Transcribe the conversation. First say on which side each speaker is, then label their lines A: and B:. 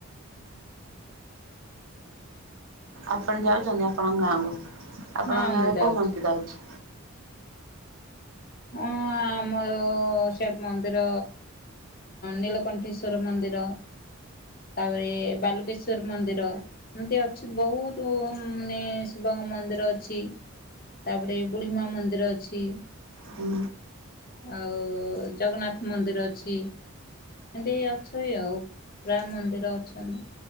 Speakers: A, on the right (about 65°); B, on the left (about 40°).
A: ଆପଣ ଯାଉଛନ୍ତି ଆପଣଙ୍କ ଗାଁକୁ? ଆପଣଙ୍କ
B: ହଁ
A: ଗାଁରେ
B: ମୁଁ ଯାଉଛି
A: କୋଉ ମନ୍ଦିର ଅଛି?
B: ହଁ ଆମ ସେ ମନ୍ଦିର ନୀଳକଣ୍ଠେଶ୍ଵର ମନ୍ଦିର ତାପରେ ବାଲୁକେଶ୍ୱର ମନ୍ଦିର ଏମିତି ଅଛି ବହୁତ ମାନେ ଶିବଙ୍କ ମନ୍ଦିର ଅଛି ତାପରେ ବୁଢ଼ୀମା ମନ୍ଦିର ଅଛି।
A: ହୁଁ
B: ଆଉ ଜଗନ୍ନାଥ ମନ୍ଦିର ଅଛି ଏମିତି ଅଛି ଆଉ ପ୍ରାୟ ମନ୍ଦିର ଅଛନ୍ତି